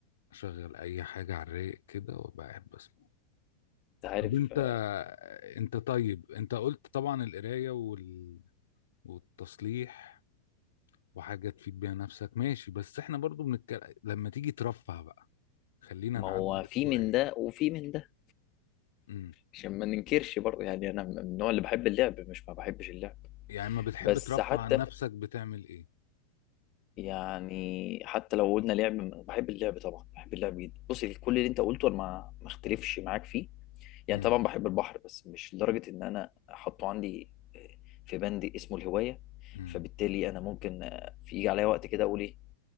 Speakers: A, on the left; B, on the left.
A: اشغل اي حاجه على الرايق كده وابقى قاعد بسمع
B: انت عارف
A: طب انت
B: آه،
A: انت طيب انت قلت طبعا القرايه وال... والتصليح وحاجه تفيد بيها نفسك ماشي بس احنا برضو بنتكلم لما تيجي ترفه بقى خلينا
B: ما
A: نعدل
B: هو
A: السؤال
B: في من ده وفي من ده
A: امم
B: عشان ما ننكرش برضه يعني انا من النوع اللي بحب اللعب مش ما بحبش اللعب
A: يعني ما بتحب
B: بس
A: ترفه
B: حتى
A: عن نفسك بتعمل ايه
B: يعني حتى لو قلنا لعب بحب اللعب طبعا بحب اللعب جدا بصي كل اللي انت قلته انا ما ما اختلفش معاك فيه يعني
A: امم
B: طبعا بحب البحر بس مش لدرجه ان انا احطه عندي آه، في بند اسمه الهوايه
A: امم
B: فبالتالي انا ممكن آه، في يجي عليا وقت كده اقول ايه